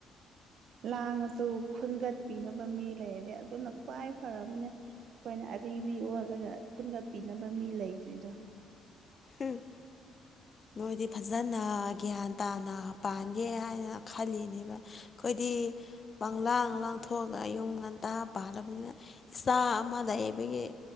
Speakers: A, on the right; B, on the left.
A: ꯀꯥꯡꯢꯡꯉꯁꯨ ꯈꯨꯟꯒꯠꯄꯤꯅꯕ ꯃꯤ ꯂꯩꯔꯗꯤ ꯑꯗꯨꯅ ꯈ꯭ꯋꯥꯏ ꯐꯔꯕꯅꯦ ꯑꯩꯈꯣꯏꯅ ꯑꯔꯤꯕꯤ ꯑꯣꯜꯂꯒ ꯈꯨꯟꯒ ꯄꯤꯅꯕ ꯃꯤ ꯂꯩꯇ꯭ꯔꯤꯗꯣ
B: ꯍꯝ ꯅꯣꯏꯗꯤ ꯐꯖꯅ ꯒ꯭ꯌꯥꯟ ꯇꯥꯅ ꯄꯥꯟꯒꯦ ꯍꯥꯏꯅ ꯈꯜꯂꯤꯅꯦꯕ ꯑꯩꯈꯣꯏꯗꯤ ꯄꯪꯂꯥꯡ ꯂꯥꯡꯊꯣꯛꯑꯒ ꯌꯨꯝ ꯉꯟꯇꯥ ꯄꯥꯜꯂꯕꯅꯤꯅ ꯏꯆꯥ ꯑꯃꯗ ꯑꯩꯕꯒꯤ